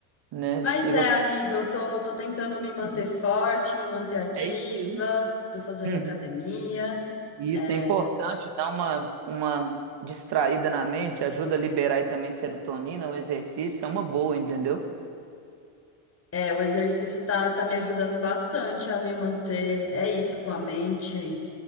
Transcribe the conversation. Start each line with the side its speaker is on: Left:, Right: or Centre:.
Right: né?
Left: Mas
Right: É igual
Left: é,
Right: você
Left: amigo,
Right: falou,
Left: eu tô, tô tentando me manter
Right: Uhum.
Left: forte, me manter ativa,
Right: É isso aí.
Left: tô fazendo
Right: Uhum.
Left: academia.
Right: E
Left: é,
Right: isso é importante, dá uma, uma distraída na mente, ajuda a liberar aí também serotonina, o exercício é uma boa, entendeu?
Left: É, o exercício tá, tá me ajudando bastante a me manter, é isso, com a mente